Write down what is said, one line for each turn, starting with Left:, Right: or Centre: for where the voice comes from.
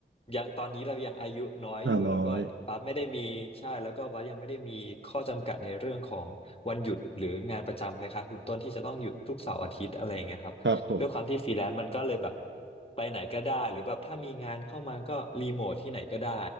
Left: ยังตอนนี้เรายังอายุน้อยอยู่แล้วก็ปั๊บไม่ได้มีใช่แล้วก็วัดยังไม่ได้มีข้อจำกัดในเรื่องของวันหยุดหรืองานประจำคล้ายๆคุณต้นที่จะต้องหยุดทุกเสาร์อาทิตย์อะไรอย่างเงี้ยครับด้วยความที่ฟรีแลนซ์มันก็เลยแบบ
Right: ห้าร้อยครับผม
Left: ไปไหนก็ได้หรือแบบถ้ามีงานเข้ามาก็รีโมทที่ไหนก็ได้